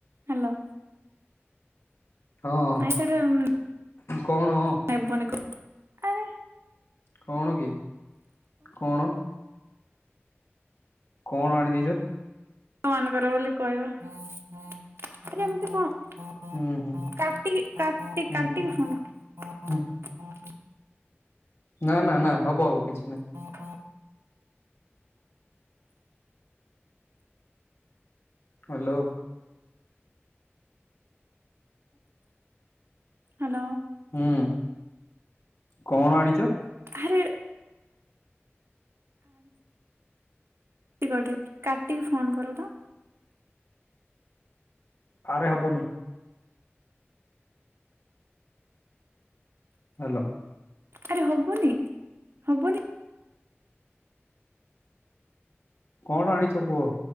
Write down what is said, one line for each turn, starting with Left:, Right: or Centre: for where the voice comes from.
Right: ହ୍ୟାଲୋ
Left: ହଁ
Right: ଆଇ ତରେ <unintelligible>
Left: କଣ?
Right: ନବୁନି କ ଆରେ
Left: କଣ କି କଣ? କଣ ଆଣି ଦେଇଛ?
Right: ମାନଙ୍କର ବୋଲି କହିବ ଆରେ ଏମିତି କଣ
Left: ହୁଁ ହୁଁ
Right: କାଟି କାଟି
Left: ହୁଁ।
Right: କାଟିିକି ଫୋନ
Left: ହୁଁ ନା ନା ନା ହବ ହବ କିଛି ନାହିଁ।
Right: <unintelligible>
Left: ହ୍ୟାଲୋ।
Right: ହ୍ୟାଲୋ।
Left: ହୁଁ। କଣ ଆଣିଛ?
Right: ଆରେ କଟେ କାଟିକି ଫୋନ କର ତ
Left: ଆରେ ହବନି। ହ୍ୟାଲୋ।
Right: ଆରେ ହବନି ହବନି
Left: କଣ ଆଣିଛ କୁହ?